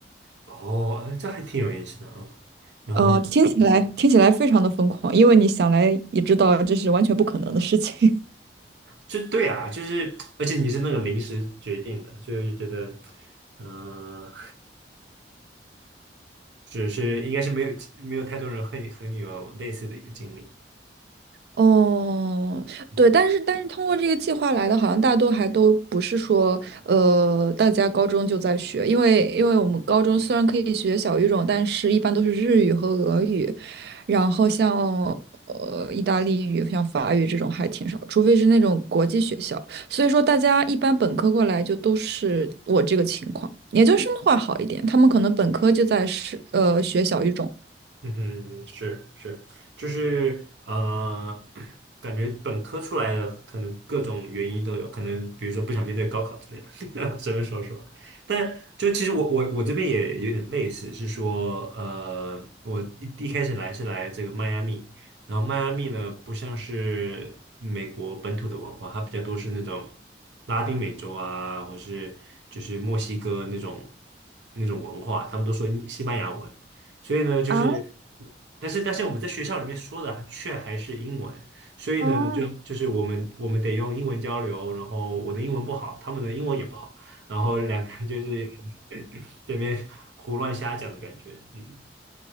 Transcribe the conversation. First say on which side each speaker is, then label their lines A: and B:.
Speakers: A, on the right (about 75°); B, on the right (about 60°).
A: 哦，哎这还挺有意思的啊。然后。
B: 呃，听起来听起来非常的疯狂，因为你想来也知道这是完全不可能的事情。
A: 就对啊，就是，而且你是那个临时决定的，所以我就觉得，嗯、只 <laughs> 是是，应该是没有没有太多人和你和你有类似的一个经历。
B: 哦，
A: 嗯
B: 对，但是但是通过这个计划来的，好像大多还都不是说，呃，大家高中就在学，因为因为我们高中虽然可以学小语种，但是一般都是日语和俄语，然后像呃意大利语、像法语这种还挺少，除非是那种国际学校，所以说大家一般本科过来就都是我这个情况，研究生的话好一点，他们可能本科就在是呃学小语种。
A: 嗯哼嗯哼是是，就是呃，感觉本科出来的可能各种原因都有，可能比如说不想面对高考之类的，<laughs> 随便说说。但就其实我我我这边也有点类似，是说呃，我一一开始来是来这个迈阿密，然后迈阿密呢不像是美国本土的文化，它比较多是那种拉丁美洲啊，或是就是墨西哥那种那种文化，他们都说西班牙文。所以呢，就是，
B: 啊，
A: 但是但是我们在学校里面说的却还是英文，所以呢，
B: 哦，
A: 就就是我们我们得用英文交流，然后我的英文不好，他们的英文也不好，然后两个人就是 <laughs> 这边胡乱瞎讲的感觉，嗯，